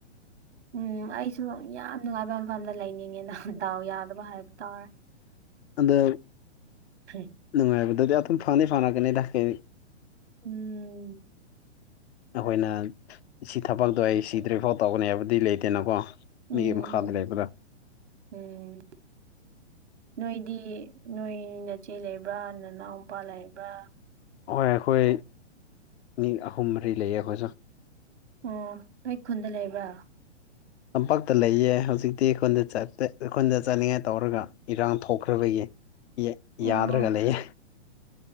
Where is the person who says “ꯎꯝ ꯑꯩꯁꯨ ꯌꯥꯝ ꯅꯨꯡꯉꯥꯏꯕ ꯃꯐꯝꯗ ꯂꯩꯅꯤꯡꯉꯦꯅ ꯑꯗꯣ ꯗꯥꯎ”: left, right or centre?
Right